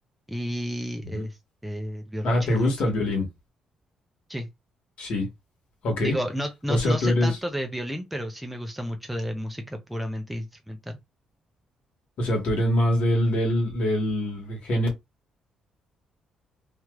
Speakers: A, in the centre; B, on the left.
A: y
B: ujú.
A: este, el violonchelo.
B: Ah, ¿te gusta el violín?
A: Sí.
B: Sí. Ok.
A: Digo, no, no,
B: O sea,
A: no
B: tú
A: sé
B: eres,
A: tanto de violín, pero sí me gusta mucho de música puramente instrumental.
B: o sea, tú eres más del, del, del género